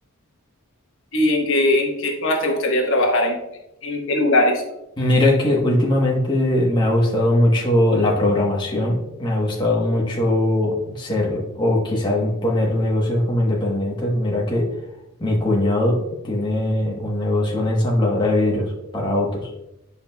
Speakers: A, on the left; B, on the left.
A: ¿Y en qué, en qué zonas te gustaría trabajar? ¿En, en qué lugares?
B: Mira que últimamente me ha gustado mucho la programación, me ha gustado mucho ser o quizás poner negocios como independientes. Mira que mi cuñado tiene un negocio, una ensambladora de vidrios para autos